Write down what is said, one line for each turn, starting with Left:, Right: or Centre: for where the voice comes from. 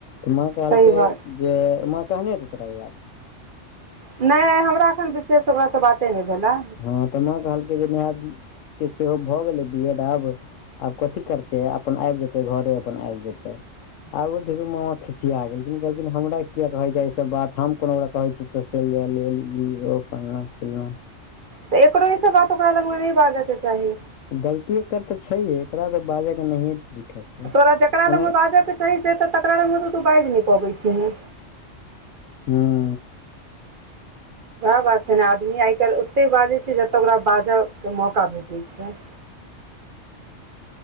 Left: तऽ माँ कहलकै
Right: सही बात
Left: जे माँ कहने हेतौ तोरा ई बात
Right: नय हमरा एखन विशेष ओकरासँ बाते नय भेला
Left: हँ तऽ माँ कहलकै जे नेहा दीदी के सेहो भए गेलै बी एड आब आब कथी करतै अपन आबि जेतै घरे अपन आबि जेतै आगू देख यौ माओ खिसिया गेलखिन कहलखिन हमरा किया कहे छै ई सब बात हम कोनो कहै छी तऽ चलि जाइ लेल ई ओ फलनाँ चिललाँ
Right: तऽ एकरो ई सब बात ओकरा लग मे नय बाजऽ के चाही
Left: गलती एकर तऽ छैहे एकरा तऽ बाजय के नहिये तरीका छै
Right: तोरा जकरा
Left: ओना
Right: लगमे बाजय के चाहि से तऽ तकरा लग तऽ तू बाजि नय पबै छिही
Left: हँ
Right: वएह बात छै ने आदमी आइ काल्हि ओते बाजै छै जतय ओकरा बाजय के मौका भेटै छै